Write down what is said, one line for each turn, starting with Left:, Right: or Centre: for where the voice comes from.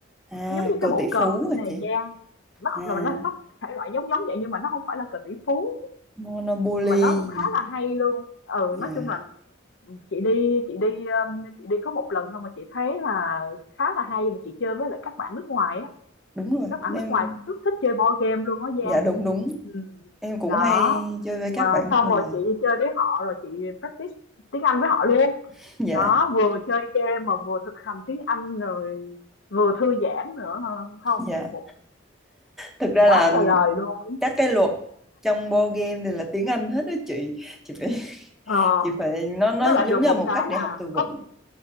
Centre: à
Left: Giống như
Centre: cờ
Left: cái bộ
Centre: tỷ
Left: cờ
Centre: phú
Left: vậy
Centre: hả
Left: này
Centre: chị
Left: Giang, nó
Centre: à
Left: là nó nó thể loại giống giống vậy nhưng mà nó không phải là cờ tỷ phú
Centre: Monopoly
Left: mà nó cũng khá là hay luôn. Ừ,
Centre: dạ
Left: nói chung là Chị đi chị đi, ờm, chị đi có một lần thôi mà chị thấy là khá là hay mà chị chơi với lại các bạn nước ngoài á.
Centre: đúng rồi
Left: Tại các bạn
Centre: em
Left: nước ngoài cũng rất thích chơi board game luôn á Giang.
Centre: dạ đúng đúng
Left: Ừ.
Centre: em cũng
Left: Đó.
Centre: hay chơi với
Left: Mà
Centre: các bạn nước
Left: xong
Centre: ngoài
Left: rồi chị đi chơi với họ rồi chị practice tiếng Anh với họ luôn.
Centre: <laughs> dạ
Left: Đó, vừa chơi game mà vừa thực hành tiếng Anh rồi vừa thư giãn nữa ha. không
Centre: dạ
Left: một
Centre: thực ra
Left: quá
Centre: là
Left: trời lời luôn.
Centre: các cái luật trong board game thì là tiếng Anh hết đó chị chị phải
Left: Ờ,
Centre: chị phải nó nó
Left: nó lại
Centre: giống
Left: được
Centre: như
Left: một
Centre: là một
Left: cái
Centre: cách để
Left: là
Centre: học từ vựng
Left: có